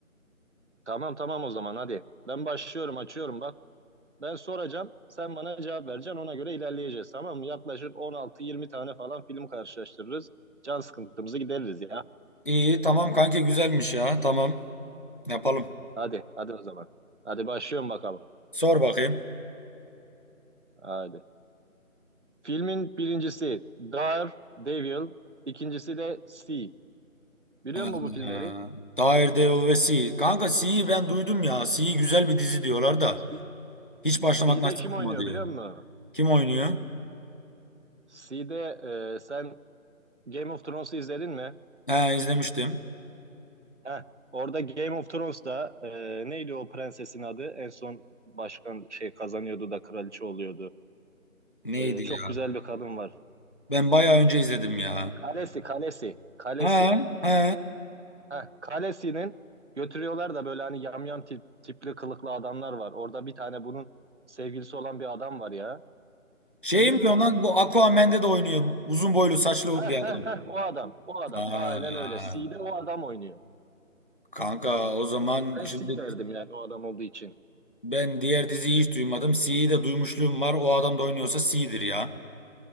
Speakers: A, on the right; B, on the left.
A: Tamam tamam o zaman hadi. Ben başlıyorum açıyorum bak. Ben soracağım, sen bana cevap vereceksin. Ona göre ilerleyeceğiz, tamam mı? Yaklaşık on altı, yirmi tane falan film karşılaştırırız. Can sıkıntımızı gideririz ya.
B: İyi tamam kanki güzelmiş ya. Tamam. Yapalım.
A: Hadi, hadi o zaman. Hadi başlıyorum bakalım.
B: Sor bakayım.
A: Hadi. Filmin birincisi Dar Devil, ikincisi de C. Biliyor
B: Ee,
A: musun bu filmleri?
B: Daredevil ve C. Kanka C'yi ben duydum ya. C güzel bir dizi diyorlar da.
A: C
B: Hiç başlamak
A: Sea'de
B: nasip
A: kim oynuyor
B: olmadı ya.
A: biliyor musun?
B: Kim oynuyor?
A: Sea'de e, sen Game of Thrones'u izledin mi?
B: He izlemiştim.
A: Heh. Orada Game of Thrones'da e, neydi o prensesin adı? En son başkan şey kazanıyordu da kraliçe oluyordu.
B: Neydi
A: Ee, çok
B: ya?
A: güzel bir kadın var.
B: Ben bayağı önce izledim ya.
A: Kalesi, kalesi, kalesi.
B: Ha ha.
A: Heh, kalesinin götürüyorlar da böyle hani yamyam tip, tipli kılıklı adamlar var. Orada bir tane bunun sevgilisi olan bir adam var ya.
B: Şey
A: Bildin
B: mi
A: mi
B: diyor
A: onu?
B: lan bu Aquaman'de de oynuyor. Uzun boylu saçlı
A: Heh,
B: bir adam.
A: heh, heh, o adam, o adam.
B: Aa,
A: Aynen öyle. C'de o adam oynuyor.
B: kanka o zaman
A: Ben
B: şimdi
A: C derdim yani o adam olduğu için.
B: ben diğer diziyi hiç duymadım. C'yi de duymuşluğum var. O adam da oynuyorsa C'dir ya.